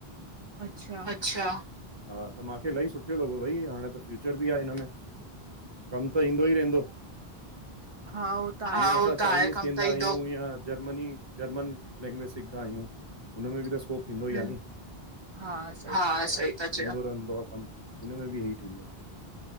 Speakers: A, on the right; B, on the right.
A: अच्छा
B: हा, त माखे इलाही सुठो लॻो भई, हाणे त फ्यूचर बि आहे हिन में, कम त ईदो ई रहंदो,
A: हा उहो त
B: हा
A: आहे
B: उहो
A: कम
B: त आहे कम <unintelligible> जर्मनी जर्मन लैंगवेज सिखंदा आहियूं हुनमे भी त स्कोप थिंदो ही आ न,
A: हा सही
B: हाॅ
A: था चयो
B: सही ईन्दो रहंदो आ कमु, हिन में बि इहे ई थींदो।